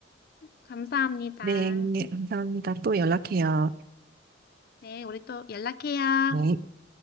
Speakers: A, on the left (about 50°); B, on the right (about 50°).
A: 감사합니다.
B: 네, 감사합니다. 또 연락해요.
A: 네, 우리 또 연락해요.
B: 네.